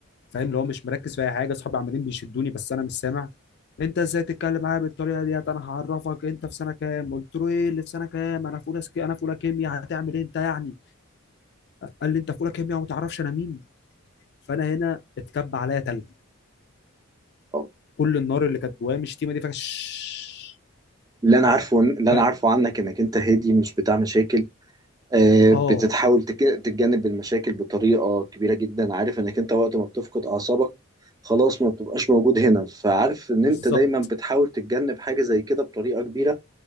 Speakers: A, on the left; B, on the right.
A: فاهم اللي هو مش مركز في اي حاجه اصحابي عمالين بيشدوني بس انا مش سامع انت ازاي تتكلم معايا بالطريقه ديت انا هعرفك انت في سنه كام قلت له ايه اللي في سنه كام انا في اولى سك... انا في اولى كيمياء هتعمل ايه انت يعني قال لي انت في اولى كيمياء وما تعرفش انا مين فانا هنا اتكب عليا تلج
B: أه.
A: كل النار اللي كانت جوايا من الشتيمه دي فش
B: اللي انا عارفه اللي
A: ف
B: انا عارفه عنك انك انت هادي مش بتاع مشاكل آه،
A: اه
B: بتتحاول تك- تتجنب المشاكل بطريقه كبيره جدا عارف انك انت وقت ما بتفقد اعصابك خلاص ما بتبقاش موجود هنا فعارف ان
A: بالظبط
B: انت دايما بتحاول تتجنب حاجه زي كده بطريقه كبيره